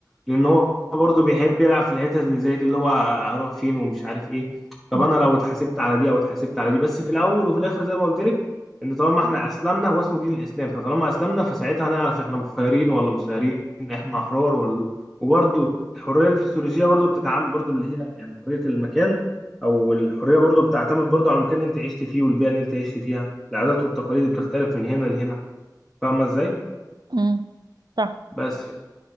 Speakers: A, in the centre; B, on the right (about 70°).
A: لان هو برضه بيحب يلعب في الحتت اللي زي دي اللي هو هروح فين ومش عارف ايه طب
B: م-
A: انا لو اتحاسبت على دي او اتحاسبت على دي بس في الاول وفي الاخر زي ما قلت لك ان طالما احنا اسلمنا هو اسمه دين الاسلام فطالما اسلمنا فساعتها هنعرف احنا مخيرين ولا مسيرين احنا احرار ولا وبرضه الحريه الفسيولوجيه برضه بتتعامل برضه اللي هي يعني حريه المكان او الحريه برضو بتعتمد برضو على المكان اللي انت عشت فيه والبيئه اللي انت عشت فيها العادات والتقاليد بتختلف من هنا لهنا فاهمه ازاي
B: م. صح
A: بس يعني